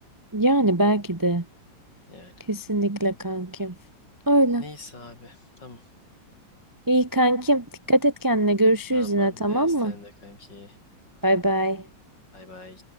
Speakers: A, on the right; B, on the left.
A: Yani belki de.
B: Yani.
A: Kesinlikle kankim. Öyle.
B: Neyse abi. Tamam.
A: İyi kankim. Dikkat et kendine. Görüşürüz
B: Tamam
A: yine tamam
B: abi. Sen
A: mı?
B: de kanki.
A: Bay bay.
B: Bay bay.